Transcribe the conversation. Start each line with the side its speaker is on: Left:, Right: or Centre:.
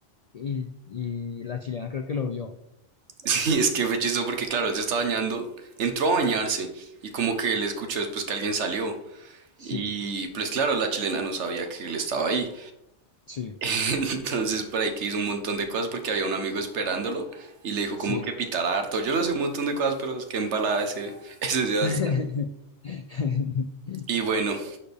Left: y, y la chilena creo que lo vio.
Right: Sí, es que fue chistoso porque claro, él se estaba bañando, entró a bañarse y como que él escuchó después que alguien salió
Left: Sí,
Right: y pues claro, la chilena no sabía que él estaba ahí.
Left: sí,
Right: <laughs> Entonces por ahí que hizo un montón de cosas porque había un amigo esperándolo y le dijo
Left: sí.
Right: como que pitara harto. Yo no sé un montón de cosas, pero es que embalada ese, <laughs> ese Sebastián.
Left: <laughs>
Right: Y bueno.